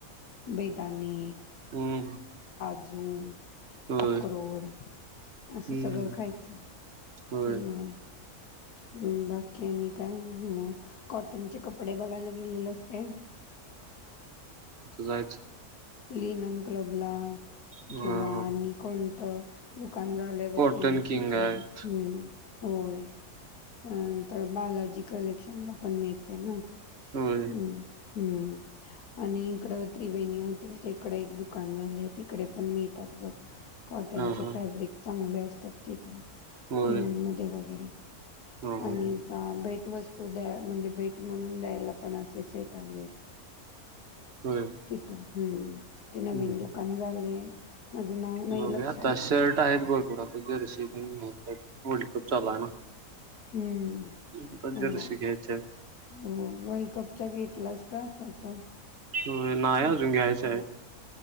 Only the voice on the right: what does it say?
हम्म.
होय
हम्म
होय
<inaudible>
जायच
हा
हा
कॉटन
किंग आहेत
होय
हा हा
होय
हा हा
होय
हम्म
बघूया
आता शर्ट आहेत भरपूर आता जर्सी वर्ल्ड कप चालू आहे ना.
आता
जर्सी घ्यायच्या
आहेत नाही
अजून घ्यायच्या